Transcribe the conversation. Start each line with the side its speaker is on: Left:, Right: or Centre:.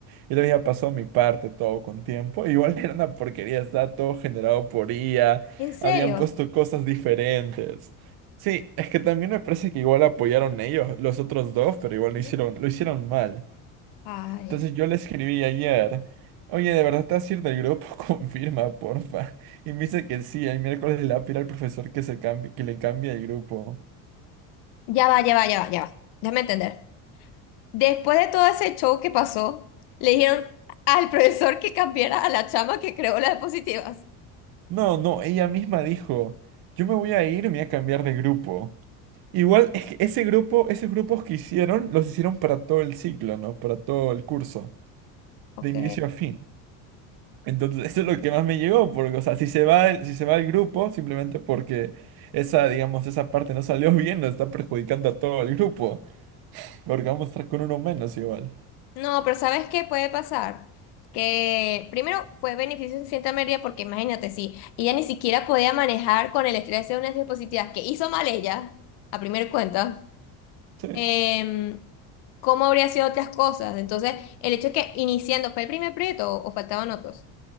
Right: Y le había pasado mi parte todo con tiempo. <laughs> Igual era una porquería, estaba todo generado por IA,
Left: ¿En serio?
Right: habían puesto cosas diferentes. Sí, es que también me parece que igual apoyaron ellos, los otros dos, pero igual lo
Left: Ujú.
Right: hicieron, lo hicieron mal.
Left: Ay,
Right: Entonces yo le escribí ayer, oye, ¿de verdad te vas a ir del grupo? <laughs> Confirma, porfa. Y me dice que sí, el miércoles le va a pedir al profesor que, se cambie, que le cambie el grupo.
Left: ya va, ya va, ya va, ya va. Déjame entender. Después de todo ese show que pasó, le dijeron al profesor que cambiara a la chama que creó las diapositivas.
Right: No, no, ella misma dijo, yo me voy a ir, me voy a cambiar de grupo. Igual es que ese grupo, esos grupos que hicieron, los hicieron para todo el ciclo, ¿no? Para todo el curso,
Left: Ok.
Right: de inicio a fin. Entonces, <laughs> eso es lo que más me llegó, porque, o sea, si se va el, si se va el grupo, simplemente porque esa, digamos, esa parte no salió <laughs> bien, nos está perjudicando a todo el grupo. Porque vamos a estar con uno menos igual.
Left: No, pero ¿sabes qué puede pasar? Que primero fue beneficio de cierta medida porque imagínate, si ella ni siquiera podía manejar con el estrés de unas diapositivas que hizo mal ella, a primera cuenta,
Right: Sí.
Left: em, ¿cómo habría sido otras cosas? Entonces, el hecho de que iniciando fue el primer proyecto o o faltaban otros.